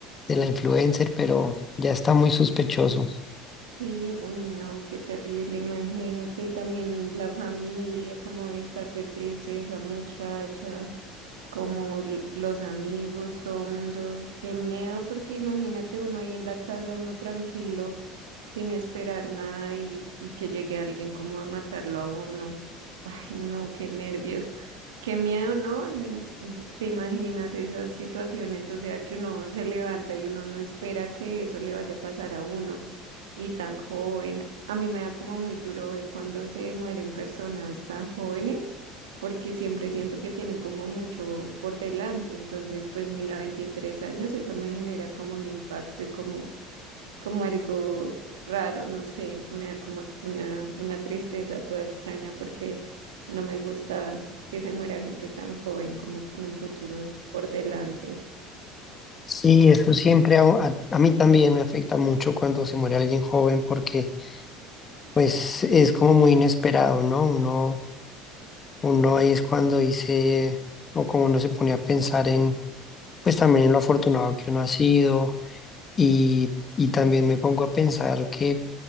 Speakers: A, on the left; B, on the right.
A: de la influencer, pero ya está muy sospechoso.
B: sí, uy, no, qué terrible, imagínate también la familia, cómo debe estar de triste esa muchacha. como l- los amigos, todo el mundo, qué miedo, porque imagínate uno ahí en la casa, uno tranquilo, sin esperar nada y, y que llegue alguien como a matarlo a uno. Ay, no, qué nervios, qué miedo, ¿no? N- ¿Te imaginas esas situaciones? O sea, que uno se levanta y uno no espera que eso le vaya a pasar a uno y tan joven. A mí me da como muy duro ver cuando se mueren personas tan jóvenes, porque siempre siento que tienen como mucho por delante. Entonces, pues mira, 23 años, eso me genera como un impacto y como, como algo raro, no sé, me da como una, una tristeza toda extraña porque no me gusta que se muera gente tan joven como con un futuro por delante.
A: Sí, eso siempre a, a- a mí también me afecta mucho cuando se muere alguien joven porque pues es como muy inesperado, ¿no? Uno, uno ahí es cuando dice, o como uno se pone a pensar en, pues también en lo afortunado que uno ha sido, y, y también me pongo a pensar que